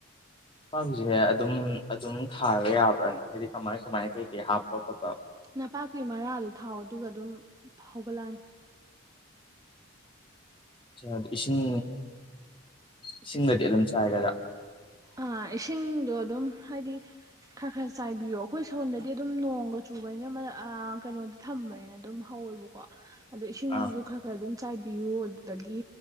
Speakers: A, on the left; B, on the right.
A: ꯄꯥꯛꯄꯤꯁꯦ ꯑꯗꯨꯝ ꯑꯗꯨꯝ ꯊꯥꯔꯒ ꯌꯥꯕ꯭ꯔꯅꯤ ꯍꯥꯏꯗꯤ ꯀꯃꯥꯏ ꯀꯃꯥꯏꯅ ꯀꯩ ꯀꯩ ꯍꯥꯞꯄ ꯈꯣꯠꯄ
B: ꯅꯄꯥꯛꯄꯤ ꯃꯔꯥꯗꯣ ꯊꯥꯎ ꯑꯗꯨꯒ ꯑꯗꯨꯝ ꯍꯧꯒꯠꯂꯛꯑꯅꯤ
A: ꯑꯗꯨ ꯏꯁꯤꯡ ꯏꯁꯤꯡꯅꯗꯤ ꯑꯗꯨꯝ ꯆꯥꯏꯗꯅ
B: ꯑ ꯏꯁꯤꯡꯗꯣ ꯑꯗꯨꯝ ꯍꯥꯏꯗꯤ ꯈꯔ ꯈꯔ ꯆꯥꯏꯕꯤꯌꯣ ꯑꯩꯈꯣꯏ ꯁꯣꯟꯗꯗꯤ ꯑꯗꯨꯝ ꯅꯣꯡꯒ ꯆꯨꯕꯅꯤꯅ ꯀꯩꯅꯣꯗ ꯊꯝꯕꯅꯤꯅ ꯑꯗꯨꯝ ꯍꯧꯑꯕ ꯀꯣ ꯑꯗꯨ ꯏꯁꯤꯡꯁꯨ
A: ꯑꯥ
B: ꯈꯔ ꯈꯔ ꯑꯗꯨꯝ ꯆꯥꯏꯕꯤꯌꯨ ꯑꯗꯨꯗꯒꯤ